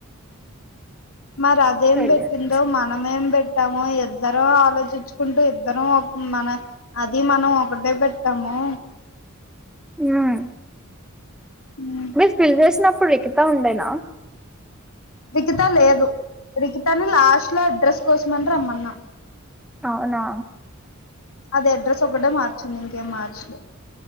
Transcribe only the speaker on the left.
మరి అదేం
పెట్టిందో మనం ఏం పెట్టి పెట్టాము ఇద్దరం ఆలోచించుకుంటూ ఇద్దరం మన అది మనం ఒకటే పెట్టాము
ఉమ్.
రికితా లేదు రిగితాని లాస్ట్ లో అడ్రస్ కోసమని రమ్మన్నా
అది అడ్రెస్ ఒకటే మార్త చింది ఇంకేం మార్చలేం